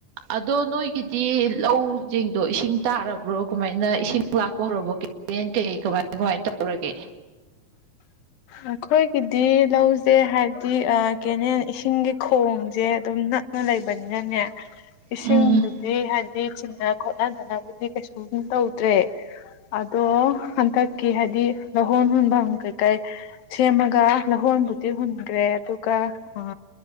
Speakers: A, on the right (about 80°); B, on the left (about 75°).
A: ꯑꯗꯣ ꯅꯣꯏꯒꯤꯗꯤ ꯂꯧꯖꯤꯡꯗꯣ ꯏꯁꯤꯡ ꯇꯥꯔꯕ꯭ꯔꯣ ꯀꯃꯥꯏꯅ ꯏꯁꯤꯡ ꯂꯥꯛꯄ ꯍꯧꯔꯕꯣ ꯀꯦꯟ ꯀꯩ ꯀꯃꯥꯏ ꯀꯃꯥꯏꯅ ꯇꯧꯔꯒꯦ
B: ꯑꯩꯈꯣꯏꯒꯤꯗꯤ ꯂꯧꯁꯦ ꯍꯥꯏꯕꯗꯤ ꯀꯦꯅꯦꯜ ꯏꯁꯤꯡꯒꯤ ꯈꯣꯡꯁꯦ ꯑꯗꯨꯝꯅ ꯅ ꯂꯩꯕꯅꯤꯅꯅꯦ ꯏꯁꯤꯡꯕꯨꯗꯤ
A: ꯎꯝ
B: ꯍꯥꯏꯗꯤ ꯆꯤꯡꯅ ꯈ‌ꯣꯠꯅꯗꯅꯕꯗꯤ ꯀꯩꯁꯨꯝ ꯇꯧꯗ꯭ꯔꯦ ꯑꯗꯣ ꯍꯟꯇꯛ ꯗꯤ ꯍꯥꯏꯗꯤ ꯂꯧꯍꯣꯟ ꯍꯣꯟꯐꯝ ꯀꯩꯀꯩ ꯁꯦꯝꯃꯒ ꯂꯧꯍꯣꯟꯕꯨꯗꯤ ꯍꯨꯟꯈ꯭ꯔꯦ ꯑꯗꯨꯒ ꯑ